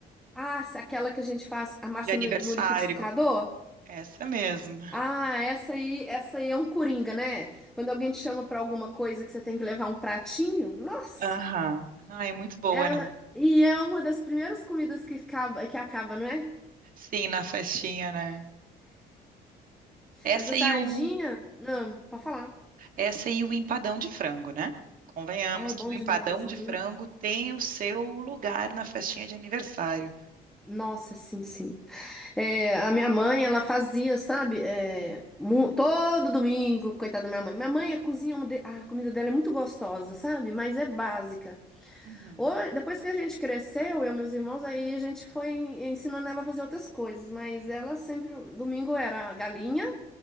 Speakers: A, in the centre; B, on the right.
A: Ah, se- aquela que a gente faz a massa
B: de aniversário.
A: no, no liquidificador?
B: Essa mesmo.
A: Ah, essa aí, essa aí é um coringa, né? Quando alguém te chama pra alguma coisa que você tem que levar um pratinho, nossa!
B: Aham. Ah, é muito boa,
A: Ela,
B: né?
A: e é uma das primeiras comidas que acaba, que acaba, não é?
B: Sim, na festinha, né? Essa
A: Mas a sardinha,
B: e o
A: não, pode falar.
B: Essa e o empadão de frango, né? Convenhamos
A: Ai,
B: que
A: bom
B: o
A: demais.
B: empadão
A: Hum,
B: de frango tem o seu lugar na festinha de aniversário.
A: Nossa, sim, sim. É, a minha mãe, ela fazia, sabe? É, mu- todo domingo, coitada da minha mãe. Minha mãe cozinha, uma de- a comida dela é muito gostosa, sabe? Mas é básica.
B: Uhum,
A: Hoje, depois que a gente cresceu, eu e meus irmãos, aí a gente foi en- ensinando ela a fazer outras coisas. Mas ela sempre, domingo era galinha,